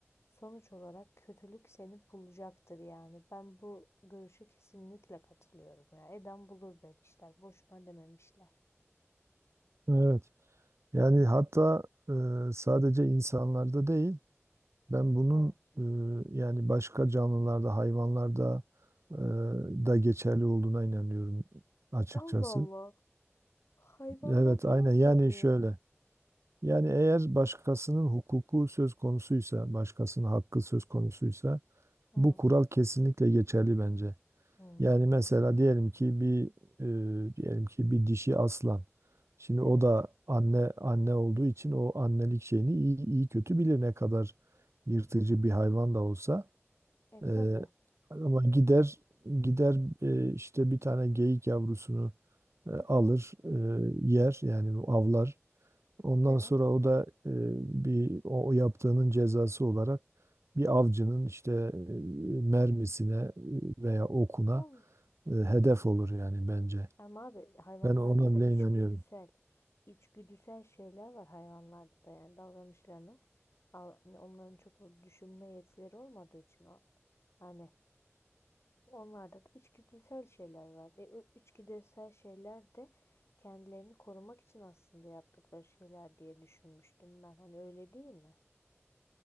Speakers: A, on the left; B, on the right.
A: sonuç olarak kötülük seni bulacaktır yani. Ben bu görüşe kesinlikle katılıyorum ya. Eden bulur demişler. Boşuna dememişler.
B: Evet. Yani hatta e, sadece insanlarda değil, ben bunun
A: Hı.
B: e, yani başka canlılarda, hayvanlarda e, da geçerli olduğuna inanıyorum açıkçası.
A: Allah Allah. Hayvanlarda
B: Evet, aynen.
A: nasıl
B: Yani
A: oluyor?
B: şöyle. Yani eğer başkasının hukuku söz konusuysa, başkasının hakkı söz konusuysa
A: Hı.
B: bu kural kesinlikle geçerli bence.
A: Hmm.
B: Yani mesela diyelim ki bir e, diyelim ki bir dişi aslan. Şimdi
A: Evet.
B: o da anne anne olduğu için o annelik şeyini iyi, iyi kötü bilir ne kadar yırtıcı bir hayvan da olsa.
A: E tabii.
B: E, ama gider gider e, işte bir tane geyik yavrusunu e, alır, e, yer yani avlar. Ondan
A: Evet.
B: sonra o da e, bir o, o yaptığının cezası olarak bir avcının işte e, mermisine e, veya okuna
A: Allah.
B: e, hedef olur yani bence.
A: Ama abi hayvanlarda
B: Ben ona
A: da
B: bile
A: içgüdüsel,
B: inanıyorum.
A: içgüdüsel şeyler var hayvanlarda da yani davranışlarına Al- hani onların çok böyle düşünme yetileri olmadığı için o hani onlarda da içgüdüsel şeyler var. E, o içgüdüsel şeyler de kendilerini korumak için aslında yaptıkları şeyler diye düşünmüştüm ben. Hani öyle değil mi?